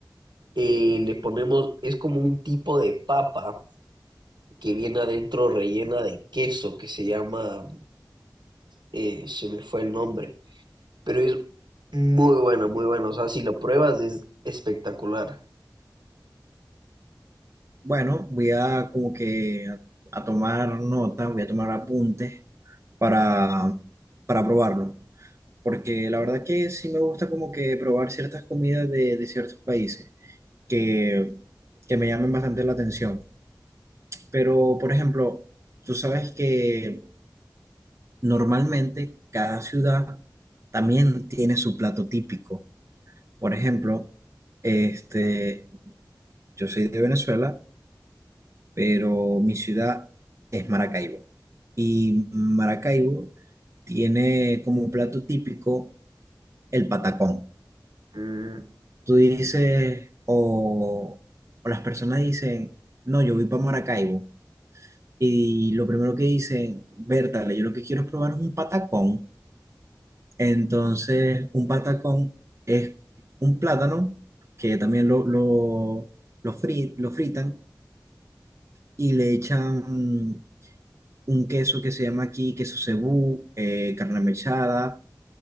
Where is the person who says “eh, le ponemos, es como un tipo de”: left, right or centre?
Right